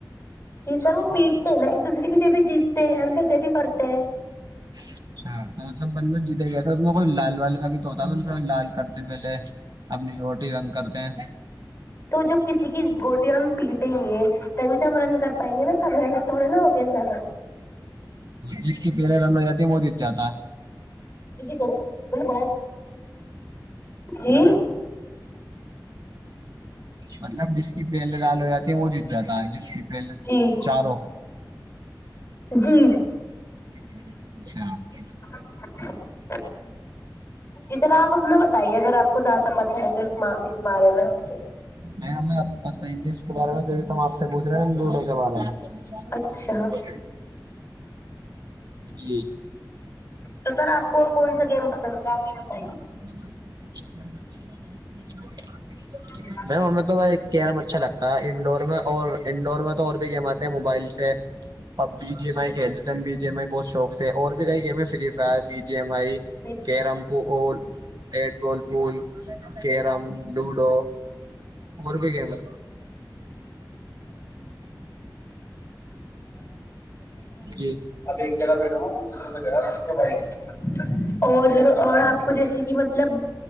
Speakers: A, on the left; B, on the right.
A: جی سر وہ پیٹتے ہیں نا ایک دوسرے کی ج بھی جیتتے ہیں اندر جب بھی کرتے ہیں
B: اچھا تو مطلب بندہ جیتے گسے میں کوئی لال والال کا بھی تو ہوتا ب سب لال کرتے پہلے اپنی روٹی رنگ کرتے ہیں
A: تو جب کسی کی گوٹییا ہم پیٹیں گے تبھی تو ہم رنند کر پائیں گے نا سب و ایس تھڑے نہا ہوگے اندر
B: جس کی پہیریں رن ہو جاتی وہ دت جاتا
A: کرو ب جی
B: مطلب جس کی پہلے لال ہو جاتی وہ جت جاتا ہے جس کی پہلے
A: جی
B: چاروں
A: جی
B: جہ سے اچھا ج
A: <inaudible> جی سر آپ اپنا بتائیے اگر آپ کو زیادہ پت ہے تو اس اس بارے میں ہم سے
B: نہیں ہمیں بتائیں گے اس کے بارے میں تم آپ سے پوچھ رہے ہیں ن گوڈے کے بارے میں
A: اچھا
B: جی
A: تو سر آپ کو کون سا گیم پسند ہے آپ یہ بتائیے
B: س بت
A: ہاں
B: میم ہمیں تو کیرم اچھا لگتا ہے انڈور میں اور انڈور میں تو اور بھی گیم آتے ہیں موبائل سے اب بی جی ایم آئی کھیلتے ہیں بی جی ایم آئی بہت شوق سے اور بھی کئی گیم ہے free fire B G M I
A: اب
B: کییرم پ رڈ گول پول کییرم لوڈو مور بیکینا جی
A: ابھی ایک جگہ بیٹڑو وہ جگہ اور اور آپ کو جیسے کہ مطلب